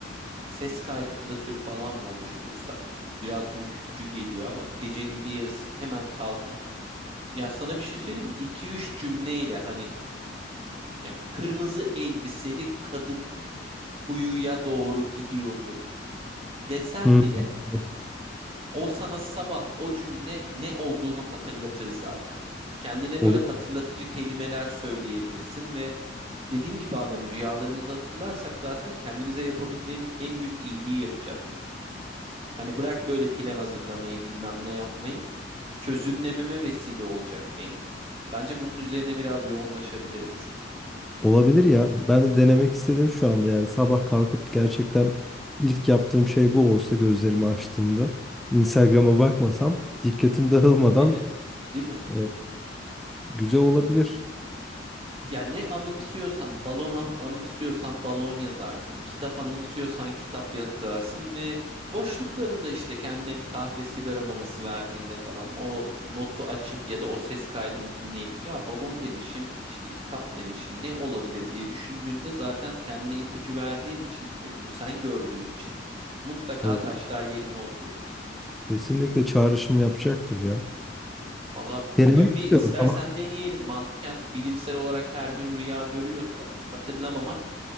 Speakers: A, on the right; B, in the centre.
A: ses kaydı klasörü falan mı oluştursak? Biraz ürkütücü geliyor ama gecenin bir yarısı hemen kalkıp ya sana bir şey söyleyeyim mi? 2-3 cümleyle hani ya kırmızı elbiseli kadın kuyuya doğru gidiyordu desen
B: <laughs>
A: bile O sana sabah o cümle ne olduğunu hatırlatır zaten. Kendine
B: Ol-
A: böyle hatırlatıcı kelimeler söyleyebilirsin ve dediğim gibi abi hani rüyalarımızı hatırlarsak zaten kendimize yapabileceğimiz en büyük iyiliği yapacağız. Hani bırak böyle plan hazırlamayı bilmem ne yapmayı çözümlememe vesile olacak beni. Bence bunun üzerine biraz yoğunlaşabiliriz.
B: Olabilir ya. Ben de denemek istedim şu anda yani sabah kalkıp gerçekten ilk yaptığım şey bu olsa gözlerimi açtığımda Instagram'a bakmasam dikkatim dağılmadan
A: Değil mi? Değil mi?
B: Evet, güzel olabilir.
A: Ya ne anımsıyorsan, balona anımsıyorsan balon yazarsın. Kitap anımsıyorsan kitap yazarsın ve boşluklarında işte kendine bir kahve sigara molası verdiğinde falan o notu açıp ya da o ses kaydını dinleyip ya balon demişim, işte kitap demişim ne olabilir diye düşündüğünde zaten kendine ipucu verdiğin için ve bunu sen gördüğün için mutlaka
B: Evet,
A: taşlar yerine oturur.
B: kesinlikle çağrışım yapacaktır ya.
A: Valla bugün
B: Denemek
A: bir
B: istiyorum.
A: istersen
B: Tamam.
A: deneyelim. Mantıken bilimsel olarak her gün rüya görüyorsak hatırlamamak